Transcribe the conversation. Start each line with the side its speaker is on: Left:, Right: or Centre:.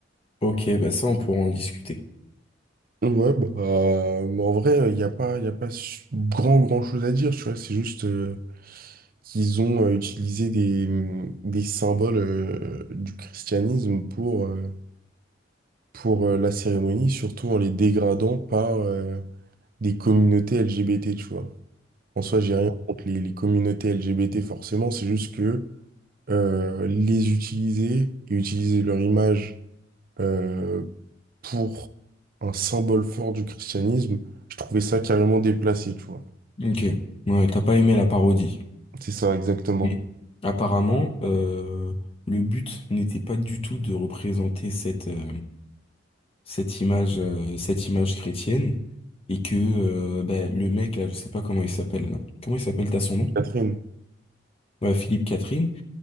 Left: ok, bah ça on pourra en discuter.
Right: là. Ouais, bah, euh, mais en vrai, il n'y a pas, y a pas su- grand, grand chose à dire, tu vois. C'est juste euh, qu'ils ont euh, utilisé des, mm, des symboles euh, du christianisme pour, euh, pour euh, la cérémonie, surtout en les dégradant par euh, des communautés LGBT, tu vois. En soi, j'ai rien contre les, les communautés LGBT forcément, c'est juste que euh, les utiliser et utiliser leur image euh, pour un symbole fort du christianisme, je trouvais ça carrément déplacé, tu vois.
Left: Ok. Ouais, t'as pas aimé la parodie.
Right: C'est ça exactement.
Left: Mais apparemment, euh, le but n'était pas du tout de représenter cette, euh, cette image, euh, cette image chrétienne. Et que euh, bah, le mec, là, je sais pas comment il s'appelle. là. Comment il s'appelle, t'as son nom?
Right: Catherine.
Left: Ouais, Philippe Catherine.